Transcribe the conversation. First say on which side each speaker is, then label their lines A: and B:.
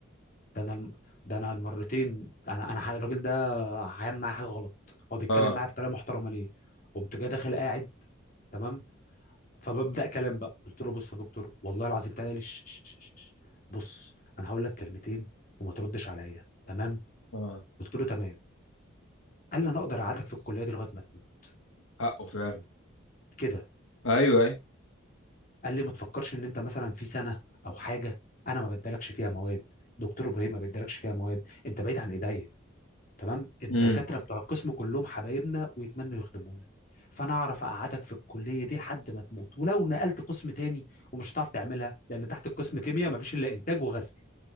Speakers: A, on the left; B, on the left.
A: ده انا الم- ده انا المرتين انا انا ح- الراجل ده هيعمل معايا حاجه غلط هو بيتكلم
B: اه
A: معايا بطريقه محترمه ليه قمت جاي داخل قاعد تمام فببدا كلام بقى قلت له بص يا دكتور والله العظيم تعالى لي ش- ش- ش- ش- ش. بص انا هقول لك كلمتين وما تردش عليا تمام
B: اه
A: قلت له تمام قال لي انا اقدر اقعدك في الكليه دي لغايه ما تموت
B: حقه فعلا
A: كده
B: ايوه ايوه
A: قال لي ما تفكرش ان انت مثلا في سنه او حاجه انا ما بدالكش فيها مواد دكتور ابراهيم ما بدالكش فيها مواد انت بعيد عن ايديا تمام الدكاتره
B: امم
A: بتوع القسم كلهم حبايبنا ويتمنوا يخدمونا فانا اعرف اقعدك في الكليه دي لحد ما تموت ولو نقلت قسم تاني ومش هتعرف تعملها لان تحت القسم كيمياء مفيش الا انتاج وغزل